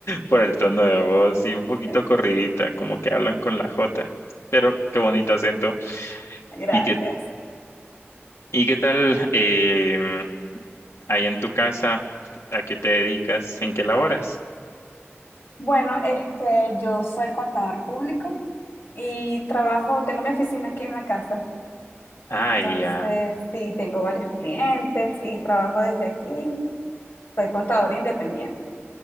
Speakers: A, on the left; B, on the left.
A: Por el tono de voz y un poquito
B: Sí,
A: corridita, como que hablan con la J. Pero qué bonito acento.
B: gracias.
A: ¿Y qué, y qué tal eh, ahí en tu casa? ¿A qué te dedicas? ¿En qué laboras?
B: Bueno, este, yo soy contador público y trabajo, tengo mi oficina aquí en la casa.
A: Ay,
B: Entonces,
A: ya.
B: sí, tengo varios clientes y trabajo desde aquí. Soy contador independiente.